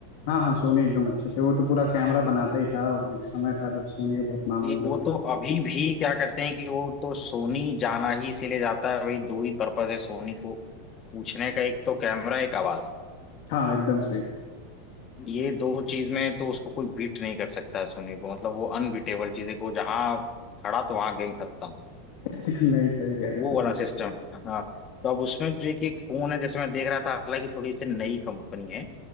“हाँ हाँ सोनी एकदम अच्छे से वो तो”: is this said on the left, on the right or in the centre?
Left